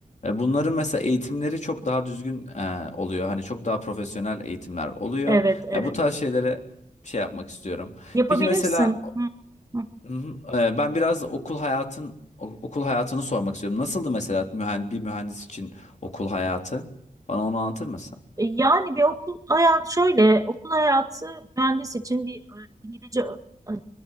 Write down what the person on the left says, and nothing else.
E, Bunların mesela eğitimleri çok daha düzgün e, oluyor. Hani çok daha profesyonel eğitimler oluyor.
Ya bu tarz şeylere şey yapmak istiyorum.
Peki mesela
hı hı, e, ben biraz da okul hayatın o- okul hayatını sormak istiyorum. Nasıldı mesela mühen- bir mühendis için okul hayatı? Bana onu anlatır mısın?